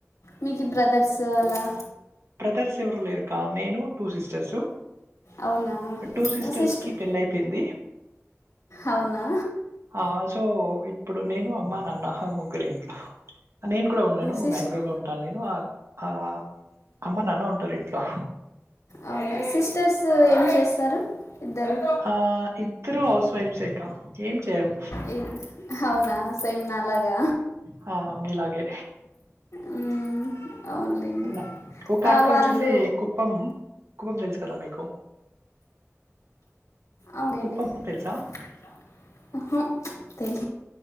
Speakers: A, on the left (about 80°); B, on the right (about 60°).
A: మీకి బ్రదర్సు అలా
B: బ్రదర్స్ ఎవరూ లేరు కా నేను టూ సిస్టర్సు
A: అవునా
B: టూ సిస్టర్స్
A: సిస్టర్
B: కి పెళ్లి అయిపోయింది
A: అవునా
B: ఆ సో ఇప్పుడు నేను అమ్మా నాన్న హో ముగ్గురే‌ ఇంట్లో నేను కూడా ఉండను
A: సిస్టర్
B: బ్యాంగళూరులో ఉంటా నేను ఆ ఆ అమ్మ నాన్న ఉంటారు ఇంట్లో
A: అవునా సిస్టర్సు ఏం చేస్తారు ఇద్దరూ
B: ఆ, ఇద్దరు హౌస్ వైఫ్సే కా ఏం చేయరు
A: ఇ హవునా సేమ్ నాలాగా
B: హా మీలాగే
A: ఉమ్, అవునులేండి
B: అలా ఒక
A: ఆ,
B: అక్క
A: వాళ్ళు
B: వచ్చేసి కు ప్పం కుప్పం తెలుసు కదా మీకు
A: ఔ లేండిహూ
B: కుప్పం తెలుసా
A: తెలీ